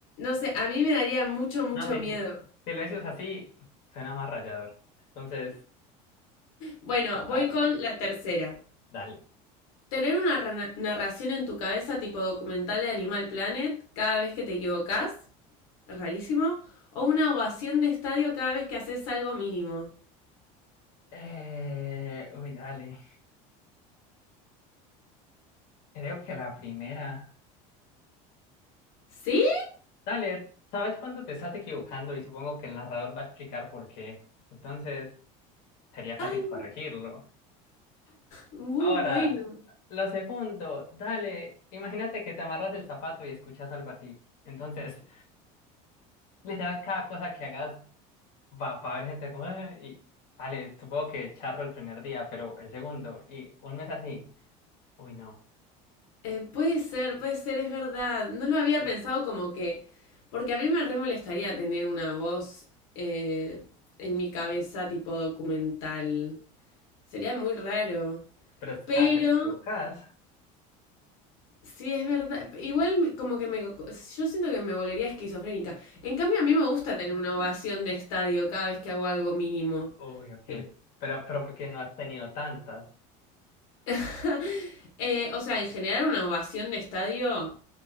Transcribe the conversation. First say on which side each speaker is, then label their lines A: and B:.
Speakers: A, on the left (about 85°); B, on the left (about 55°).
A: No sé, a mí me daría mucho, mucho
B: No, sí,
A: miedo.
B: sí. Si lo dices así, suena más rayador. Entonces,
A: Bueno,
B: Fatal.
A: voy con la tercera.
B: dale.
A: Tener una rana- narración en tu cabeza tipo documental de Animal Planet cada vez que te equivocas. rarísimo, o una ovación de estadio cada vez que haces algo mínimo.
B: Eh, uy, dale. Creo que la primera.
A: ¿Sí?
B: Dale, ¿sabes cuándo te estás equivocando? Y supongo que el narrador va a explicar por qué. Entonces, sería fácil
A: Ay,
B: corregirlo.
A: muy
B: Ahora,
A: bueno.
B: lo segundo, dale. Imagínate que te amarras el zapato y escuchas algo así. Entonces, Literal, cada cosa que hagas va, va a haber gente como, "Eh", y vale, supongo que charro el primer día, pero el segundo, y un mes así, uy, no,
A: Eh, puede ser, puede ser, es verdad. No lo había pensado como que... Porque a mí me re molestaría tener una voz eh, en mi cabeza tipo documental. Sería muy raro.
B: pero es
A: Pero
B: cada que te equivocas,
A: sí es verdad. Igual me- como que me... Yo siento que me volvería esquizofrénica. En cambio, a mí me gusta tener una ovación de estadio cada vez que hago algo mínimo.
B: uy, ok,
A: Tip-
B: pero, pero porque no has tenido tantas,
A: <laughs> Eh, o sea, en general una ovación de estadio